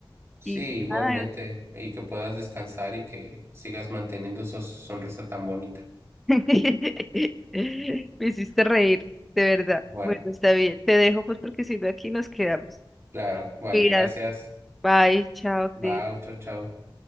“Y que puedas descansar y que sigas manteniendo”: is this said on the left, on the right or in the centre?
Right